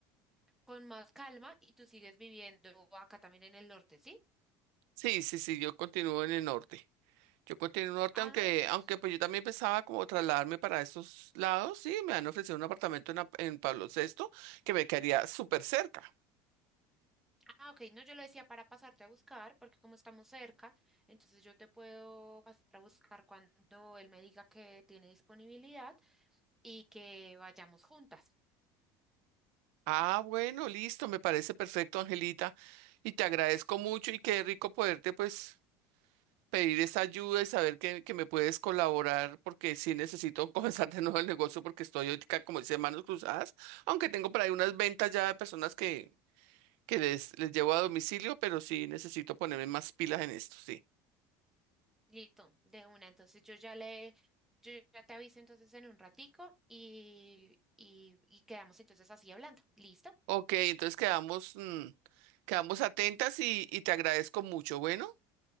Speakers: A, in the centre; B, on the right.
A: con más calma y tú sigues viviendo acá también en el norte, ¿sí?
B: Sí, sí, sí, yo continúo en el norte. Yo continúo en el norte,
A: Ah,
B: aunque,
A: listo.
B: aunque pues yo también pensaba como trasladarme para esos lados. Sí, me han ofrecido un apartamento en, Ap- en Pablo VI que me quedaría súper cerca.
A: Ah, ok, no, yo le decía para pasarte a buscar, porque como estamos cerca, entonces yo te puedo pasar a buscar cuando él me diga que tiene disponibilidad y que vayamos juntas.
B: Ah, bueno, listo, me parece perfecto, Angelita. Y te agradezco mucho y qué rico poderte pues pedir esa ayuda y saber que, que me puedes colaborar porque sí necesito <laughs> comenzar de nuevo el negocio porque estoy ahorita, como dice, manos cruzadas, aunque tengo por ahí unas ventas ya de personas que que les, les llevo a domicilio, pero sí necesito ponerme más pilas en esto, sí.
A: Listo, de una. Entonces yo ya le, yo ya te aviso entonces en un ratico y, y, y quedamos entonces así hablando. ¿Listo?
B: Ok, entonces quedamos, mm, quedamos atentas y, y te agradezco mucho. Bueno,